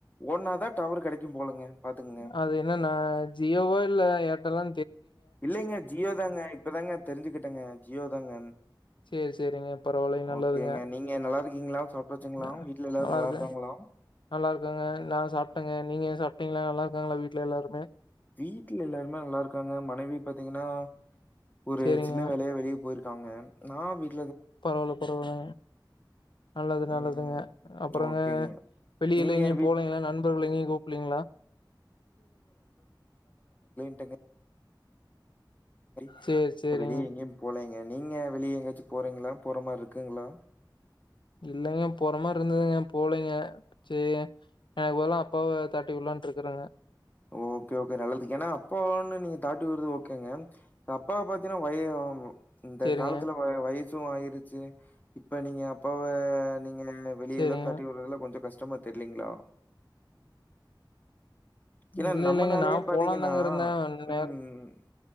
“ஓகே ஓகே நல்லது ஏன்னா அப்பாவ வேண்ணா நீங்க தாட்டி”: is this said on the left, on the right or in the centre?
Left